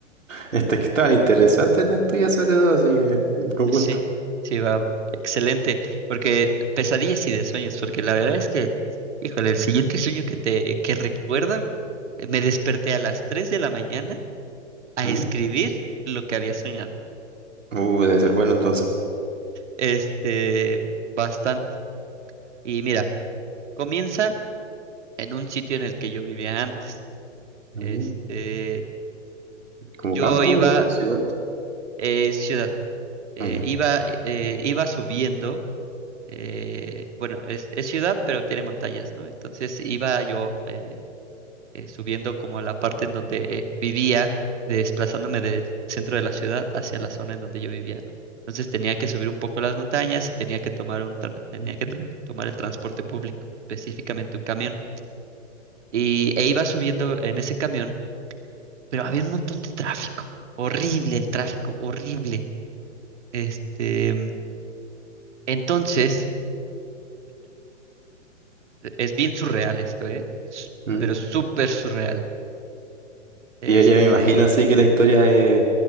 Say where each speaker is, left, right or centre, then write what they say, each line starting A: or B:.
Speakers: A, on the right; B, on the right.
A: Este que estaban interesantes las tuyas sobre todo, así que con gusto.
B: Sí, sí, va, excelente. Porque pesadillas y de sueños, porque la verdad es que, híjole, el siguiente sueño que te, que recuerda, me desperté a las 3 de la mañana a
A: ¿Mm?
B: escribir lo que había soñado.
A: Uh, debe ser bueno entonces.
B: Este, bastante. Y mira, comienza. en un sitio en el que yo vivía antes.
A: Mm.
B: Este,
A: ¿Como
B: yo
A: campo
B: iba,
A: o ciudad?
B: eh, ciudad, eh,
A: Ah, ya.
B: iba, eh, iba subiendo, eh, bueno, es, es ciudad, pero tiene montañas, ¿no? Entonces iba yo eh, eh, subiendo como a la parte en donde eh, vivía, desplazándome del centro de la ciudad hacia la zona en donde yo vivía, ¿no? Entonces tenía que subir un poco las montañas y tenía que tomar un tra- tenía
A: Ujú.
B: que tra- tomar el transporte público, específicamente un camión. Y, e iba subiendo en ese camión pero había un montón de tráfico. Horrible el tráfico, horrible. Este, entonces, es bien surreal esto, ¿eh? S-
A: Mm.
B: Pero súper surreal. Este,
A: Y Ya, ya me imagino así que la historia es